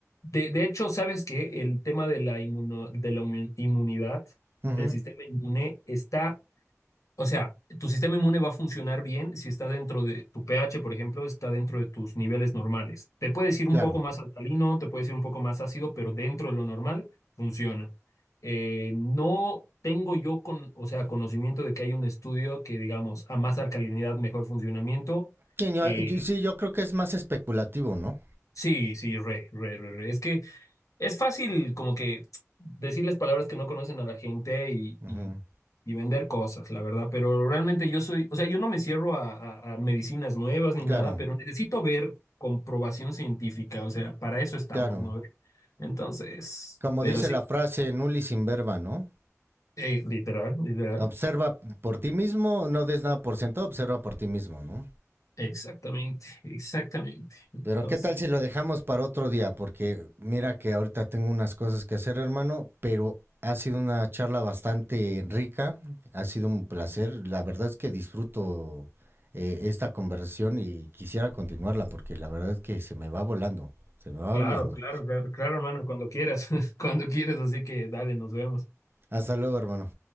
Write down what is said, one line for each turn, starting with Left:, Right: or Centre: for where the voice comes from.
Left: de, de hecho, ¿sabes que El tema de la, inmuno- de la inmun- inmunidad,
Right: ujú,
Left: del sistema inmune, está o sea, tu sistema inmune va a funcionar bien si está dentro de tu pH, por ejemplo, está dentro de tus niveles normales. Te puedes ir
Right: Claro.
Left: un poco más alcalino, te puedes ir un poco más ácido, pero dentro de lo normal funciona. Eh, no tengo yo con, o sea, conocimiento de que hay un estudio que, digamos, a más alcalinidad, mejor funcionamiento.
Right: Sí yo,
Left: Eh,
Right: yo- sí, yo creo que es más especulativo, ¿no?
Left: sí, sí, re, re, re, re. Es que es fácil como que decirles palabras que no conocen a la gente y,
Right: Ujú,
Left: y- y vender cosas, la verdad, pero realmente yo soy, o sea, yo no me cierro a, a- a medicinas nuevas ni nada,
Right: Claro,
Left: pero necesito ver comprobación científica, o sea, para eso estamos,
Right: claro.
Left: ¿no? Entonces,
Right: Como
Left: pero
Right: dice
Left: sí,
Right: la frase, nullis in verba, ¿no?
Left: eh, literal, literal,
Right: Observa por ti mismo, no des nada por sentado, observa por ti mismo, ¿no?
Left: exactamente, exactamente. Entonces,
Right: Pero qué tal si lo dejamos para otro día, porque mira que ahorita tengo unas cosas que hacer, hermano, pero ha sido una charla bastante rica, ha sido un placer, la verdad es que disfruto eh, esta conversación y quisiera continuarla, porque la verdad es que se me va volando, se me va
Left: claro,
Right: volando.
Left: claro, claro, claro, hermano, cuando quieras, <laughs> cuando quieras, así que dale, nos vemos.
Right: Hasta luego, hermano.